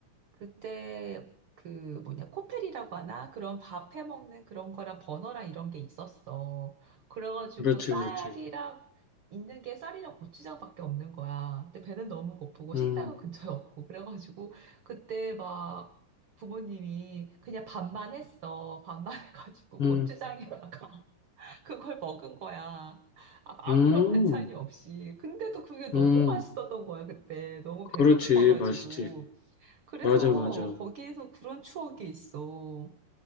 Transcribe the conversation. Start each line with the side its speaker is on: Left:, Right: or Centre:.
Right: 그때 그 뭐냐 코펠이라고 하나 그런 밥 해 먹는 그런 거랑 버너랑 이런 게 있었어. 그래가지고
Left: 그렇지,
Right: 쌀이랑
Left: 그렇지.
Right: 있는 게 쌀이랑 고추장밖에 없는 거야. 근데 배는 너무 고프고 식당은
Left: 음,
Right: 근처에 없고 그래가지고 그때 막 부모님이 그냥 밥만 했어. 밥만 <laughs> 해가지고
Left: 음.
Right: 고추장에다가 <laughs> 그걸 먹은 거야. 아- 아무런
Left: 음.
Right: 반찬이 없이. 근데도 그게 너무
Left: 음,
Right: 맛있었던 거야, 그때. 너무 배가
Left: 그렇지.
Right: 고파가지고.
Left: 맛있지.
Right: 그래서
Left: 맞아, 맞아.
Right: 거기에서 그런 추억이 있어.